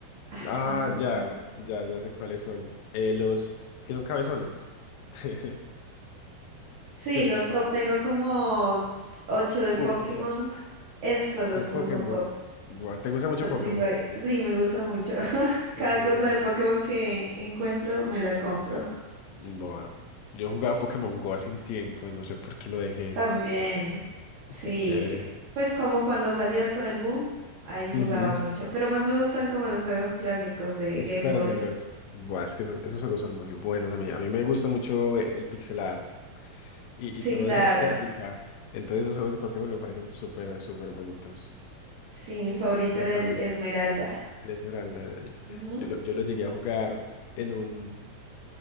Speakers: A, on the right; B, on the left.
A: Ah,
B: Ah,
A: se me fue la
B: ya,
A: palabra.
B: ya, ya sé cuáles son. Eh, los que son cabezones, <laughs>
A: Sí,
B: ¿cierto?
A: los pop. Tengo como s- ocho de Pokémon.
B: Funko Pops
A: Eso, los
B: de
A: Funko
B: Pokémon.
A: Pops.
B: Buah, ¿te gusta
A: y
B: mucho
A: Los
B: Pokémon?
A: tengo ahí. Sí, me gusta mucho. <laughs> Cada
B: Qué chévere.
A: cosa de Pokémon que encuentro, me la compro.
B: Buah, yo jugaba Pokémon Go hace un tiempo y no sé por qué lo dejé.
A: También, sí.
B: Qué chévere.
A: Pues como cuando salió todo el boom, ahí jugaba
B: Ujú,
A: mucho. Pero más me gustan como los juegos clásicos de
B: Los
A: Game
B: clásicos.
A: Boy.
B: Buah, es que esos, esos juegos son muy buenos a mí. A mí me gusta mucho el pixel art. y,
A: Sí,
B: y toda
A: claro.
B: esa estética. Entonces esos juegos de Pokémon me parecen súper, súper bonitos.
A: Sí, mi favorito
B: Ajá.
A: era el Esmeralda.
B: El Esmeralda. eh,
A: Ujú.
B: Yo lo, yo lo llegué a jugar en un,